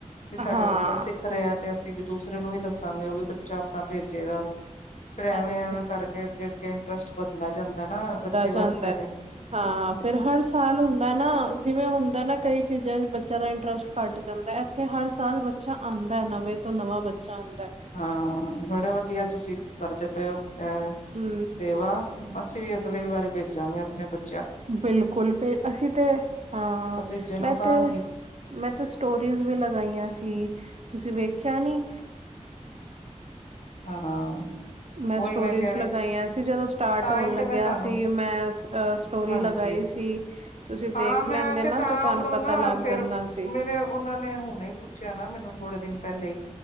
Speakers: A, on the left; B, on the right.
A: ਵੀ
B: ਹਾਂ
A: ਸਾਡਾ ਬੱਚਾ ਸਿੱਖ ਰਿਐ। ਤੇ ਅਸੀਂ ਵੀ ਦੂਸਰੇ ਨੂੰ ਵੀ ਦੱਸਾਂਗੇ, ਉਹ ਵੀ ਬੱਚਾ ਆਪਨਾ ਭੇਜੇਗਾ। ਫੇਰ ਐਵੇਂ-ਐਵੇਂ
B: ਹਾਂਜੀ
A: ਕਰਕੇ ਅੱਗੇ-ਅੱਗੇ ਇੰਟਰਸਟ ਵਨਦਾ ਜਾਂਦੈ ਨਾ ਬੱਚੇ
B: ਜਾਂਦੈ।
A: ਵੱਧਦੇ ਨੇ
B: ਹਾਂ ਫੇਰ ਹਰ ਸਾਲ ਹੁੰਦੈ ਏ ਨਾ, ਜਿਵੇਂ ਹੁੰਦਾ ਨਾ ਕਈ ਚੀਜ਼ਾਂ ਚ ਬੱਚਿਆਂ ਦਾ ਇੰਟਰਸਟ ਘੱਟ ਜਾਂਦੈ। ਤੇ ਹਰ ਸਾਲ ਬੱਚਾ ਆਂਦੈ, ਨਵੇਂ ਤੋਂ ਨਵਾਂ ਬੱਚਾ ਆਦੈ।
A: ਹਾਂ ਬੜੇ ਵਧੀਆ ਤੁਸੀਂ ਕਰਦੇ ਪਏ ਉ ਐ
B: ਹੂੰ।
A: ਸੇਵਾ ਅਸੀਂ ਵੀ ਅਗਲੇ ਵਾਰੀ ਭੇਜਾਂਗੇ ਪਨੇ ਬੱ
B: ਬਿਲਕੁਲ ਭੇ ਅਸੀਂ ਤੇ, ਹਾਂ
A: ਭਤੀਜੇ ਨੂੰ
B: ਮੈਂ
A: ਕਹਾਂਗੀ
B: ਤੇ ਮੈਂ ਤੇ ਸਟੋਰੀਜ਼ ਵੀ ਲਗਾਈਆਂ ਸੀ, ਤੁਸੀਂ ਵੇਖਿਆ ਨੀ?
A: ਹਾਂ।
B: ਮੈਂ
A: ਉਹੀ
B: ਸਟੋਰੀਜ਼
A: ਕਹਿ ਰਹੀ
B: ਲਗਾਈਆਂ ਸੀ, ਜਦੋਂ ਸਟਾਰਟ
A: ਤਾਂ
B: ਹੋਨ
A: ਹੀ
B: ਲੱਗਿਆ
A: ਤੇ ਮੈਂ ਤੁਹਾਨੂੰ
B: ਸੀ ਮੈਂ ਅ ਸਟੋਰੀ
A: ਹਾਂਜੀ
B: ਲਗਾਈ ਸੀ। ਤੁਸੀਂ
A: ਹਾਂ,
B: ਦੇਖ
A: ਮੈਂ
B: ਲੈਂਦੇ
A: ਤੇ
B: ਨਾ
A: ਤਾਂ
B: ਤੁਹਾਨੂੰ
A: ਉਦੋਂ
B: ਪਤਾ
A: ਨਾ
B: ਲੱਗ
A: ਫੇਰ
B: ਜਾਂਦਾ ਸੀ
A: ਮੇਰੇ ਉਨਾਂ ਨੇ ਹੁਨੇ ਈ ਪੁੱਛਿਆ ਨਾ, ਮੈਨੂੰ ਥੋੜੇ ਦਿਨ ਪੈਲੇ ਈ।